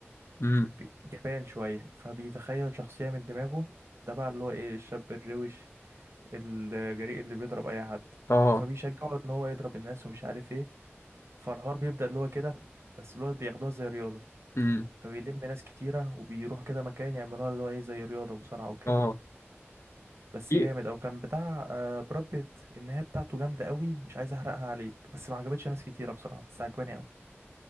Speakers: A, on the left (about 70°); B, on the right (about 70°).
A: امم
B: بي- جبان شويه فبيتخيل شخصيه من دماغه ده بقى اللي هو ايه الشاب الروش الجريء اللي بيضرب اي حد
A: اه
B: فبيشجعه ان هو يضرب الناس ومش عارف ايه فالحوار بيبدا اللي هو كده بس اللي هو بياخدوها زي رياضه
A: امم
B: فبيلم ناس كتيره وبيروح كده مكان يعملوها اللي هو ايه زي رياضه مصارعه وكده
A: اه
B: بس
A: في
B: جامد او كان بتاع آه، براد بيت النهايه بتاعته جامده قوي مش عايز احرقها عليك بس ما عجبتش ناس كتيره بصراحه بس عجباني قوي